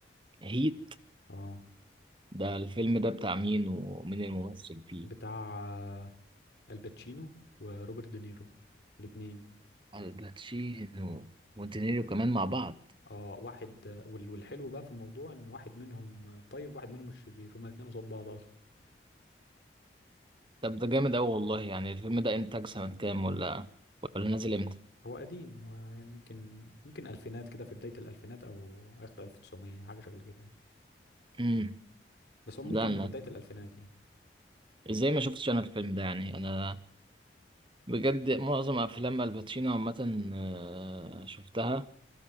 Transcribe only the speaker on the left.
اه
بتاع آه، الباتشينو وروبرت دينيرو الاتنين
اه واحد وال- والحلو بقى في الموضوع ان واحد منهم طيب واحد منهم الشرير هما الاتنين قصاد بعض اصلا
هو قديم هو يعني ممكن ممكن الفينات كده في بداية الالفينات او اخر 1900 حاجة شكل كده يعني
بس هو ممكن
في بداية الالفينات يعني